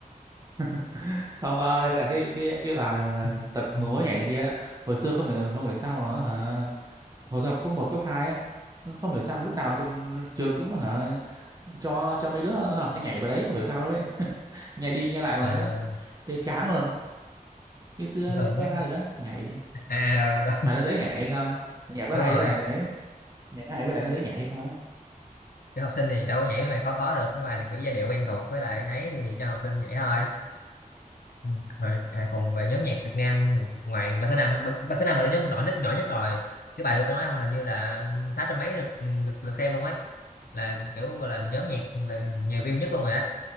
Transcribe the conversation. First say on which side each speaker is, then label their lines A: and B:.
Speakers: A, on the right; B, on the left.
A: <laughs> không ba ơi là cái cái cái bài mà
B: <laughs>
A: tập múa nhảy này kia hồi xưa không hiểu không hiểu sao mà hả hồi tập cấp một cấp hai ấy, nó không hiểu sao mà lúc nào tụi, trường cũng hả cho cho mấy đứa học sinh nhảy vào đấy không hiểu sao luôn đấy <laughs> nhảy đi nhảy lại mà
B: à,
A: đấy, đấy chán luôn cái xưa Alibaba
B: thường mấy
A: gì đó nhảy
B: à rồi rồi rồi
A: mà nó dễ nhảy hay sao Mà nhạc nó
B: <laughs> đúng
A: hay
B: rồi
A: với lại ấy nhạc nó hay với lại nó dễ nhảy hay sao ấy
B: cái học sinh thì đâu có nhảy mấy bài khó khó được mấy bài này kiểu giai điệu quen thuộc với lại ấy thì cho học sinh nhảy thôi Ừ. Rồi, à, còn về nhóm nhạc Việt Nam thì ngoài ba số năm ba ba số năm là cái nhóm nổi nhất nổi nhất rồi cái bài đó tôi nói ông là hình như là sáu trăm mấy lượt, lượt, lượt xem luôn ấy là kiểu gọi là nhóm nhạc là nhiều view nhất luôn rồi á